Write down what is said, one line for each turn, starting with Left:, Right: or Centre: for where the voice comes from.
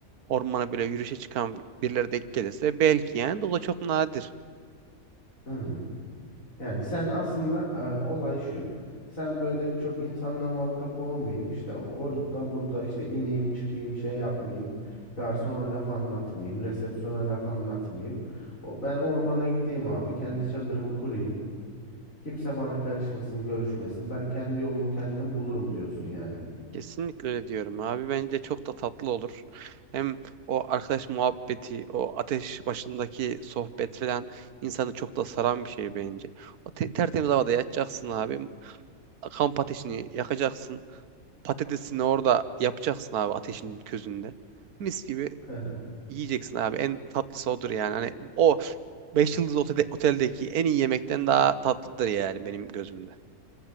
Right: ormana böyle yürüyüşe çıkan birileri de gelirse belki yani de o da çok nadir.
Left: Hmm. Yani sen aslında e, olay şu. Sen böyle çok insanla muhatap olmayayım. işte orada burada işte ineyim çıkayım şey yapmayayım. Garsona laf anlatmayayım. Resepsiyona laf anlatmayayım. O, ben ormana gideyim abi. Kendi çadırımı kurayım. Kimse bana karışmasın, görüşmesin. Ben kendi yolumu kendim bulurum diyorsun yani.
Right: Kesinlikle öyle diyorum abi. Bence çok da tatlı olur. Hem o arkadaş muhabbeti, o ateş başındaki sohbet falan insanı çok da saran bir şey bence. O te- tertemiz havada yatacaksın abi. Kamp ateşini yakacaksın. Patatesini orada yapacaksın abi ateşin közünde. Mis gibi
Left: <laughs>
Right: yiyeceksin abi. En tatlısı odur yani. Hani o 5 yıldız otelde, oteldeki en iyi yemekten daha tatlıdır yani benim gözümde.